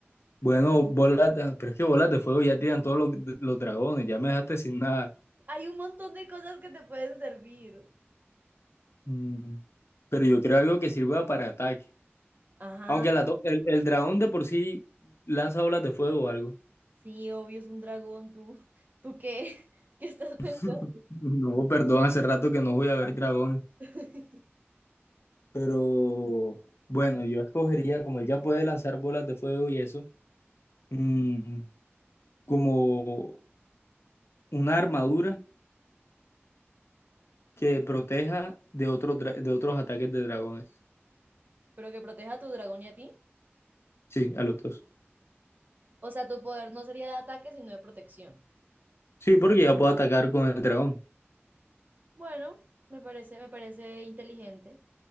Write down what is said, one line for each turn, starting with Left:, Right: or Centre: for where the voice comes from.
Left: bueno, bolas, de- pero es que bolas de fuego ya tiran todos los, los dragones, ya me dejaste sin nada.
Right: Hay un montón de cosas que te pueden servir.
Left: Mm, pero yo creo algo que sirva para ataque.
Right: Ajá,
Left: Aunque la to- el, el dragón de por sí lanza bolas de fuego o algo.
Right: sí, obvio, es un dragón. ¿Tú, tú qué? <laughs> ¿Qué estás pensando?
Left: <laughs> No, perdón, hace rato que no voy a ver dragones.
Right: <laughs>
Left: Pero bueno, yo escogería, como él ya puede lanzar bolas de fuego y eso, mm, como una armadura que proteja de, otros dra- de otros ataques de dragones.
Right: Pero que proteja a tu dragón y a ti.
Left: Sí, a los dos.
Right: O sea, tu poder no sería de ataque, sino de protección.
Left: Sí, porque ya puedo atacar con el dragón.
Right: Bueno, me parece, me parece inteligente.